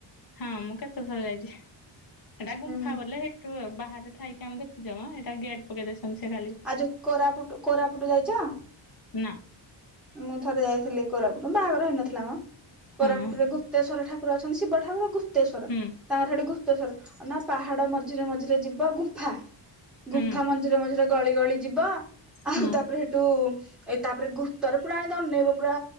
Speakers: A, on the left (about 45°); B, in the centre.
A: ହଁ ମୁଁ କେତେ ଥର ଯାଇଛି ସେଟା ଗୁମ୍ଫା
B: ହୁଁ
A: ବଲେ ହେଇ ତୁ ବାହାରେଥାଇକି ଆମେ ଦେଖୁଚେ ମ ଏଟା ଗେଟ <unintelligible>
B: ଆଉ ଯୋଉ କୋରାପୁଟ କୋରାପୁଟ ଯାଇଛ?
A: ନା
B: ମୁଁ ଥରେ ଯାଇଥିଲି କୋରାପୁଟ ବାହାଘର ହେଇନଥିଲା ମ
A: ହଁ
B: କୋରାପୁଟରେ ପ୍ତେଶ୍ୱର ଠାକୁର ଅଛନ୍ତି ଶିବଠାକୁର ଗୁପ୍ତେଶ୍ୱର
A: ହୁଁ
B: ତାଙ୍କର ସେଠି ଗୁପତେଶଵର ନା ପାହାଡ ମଝିରେ ମଝିରେ। ଯିବ ଗୁମ୍ଫା
A: ହୁଁ।
B: ଗୁମ୍ଫା ମଞଝିରେ ମଝିରେ ଗଳି ଗଳି ଯିବ ଆଉ
A: ହୁଁ।
B: ତାପରେ ସେଠୁ ଏଇ ତାପରେ ଗୁପ୍ତର ପୁରା ଏମତି ଅନେଇବ ପୁରା